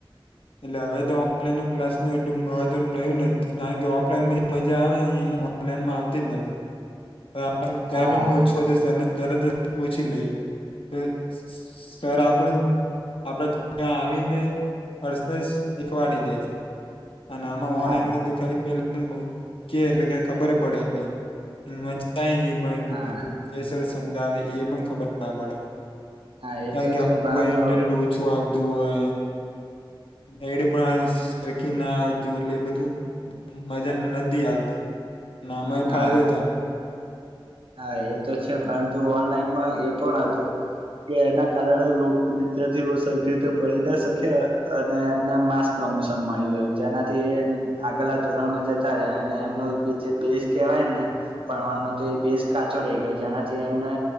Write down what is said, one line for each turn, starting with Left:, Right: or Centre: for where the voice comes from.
Left: એટલે હવે તો ઓનલાઈન ક્લાસ ન એટલું મહત્વ નયું નથી કારણ કે ઓફલાઈન બી મજા આવે ઓનલાઈનમાં આવતી જ નથી, કં પણ
Right: હા
Left: <unintelligible> જશે. તરદ ઓછી લઈએ તો સર આપણે અ આવીને પર્સન શીખવાડી દે છે અને આમાં
Right: હા
Left: ઓનલાઈન <unintelligible> કે એટલે કે ખબર પડેચ ન એટલું
Right: હા
Left: બધ જ સર સમજ આવે એ પણ ખબર ના પડે
Right: હા એ
Left: કારણ
Right: તો
Left: કે
Right: છે
Left: અમુ
Right: પરંતુ
Left: ઇન્ટરનેટ ઓછું આવતું હોય એડે પણ સરખી ના આવતી એટલે એ બધું મજા નથી આવતી, ન અમાં
Right: હા
Left: ફાયદો થાય
Right: હા એ તો છે, પરંતુ ઓનલાઈનમાં એ પણ હતું કે એના કારણે લોક વિદ્યાર્થીઓ સરખી રીતે ભણી ના શકયા અને એના લીધે માસ પ્રમોશન મળી ગયું જેનાથી એ આગલા ધોરણમાં જતા રહે અને એમનું બેસ કેવાય ભણવાનો તો એ બેસ કાચો રહી ગયો, જેનાથી એમને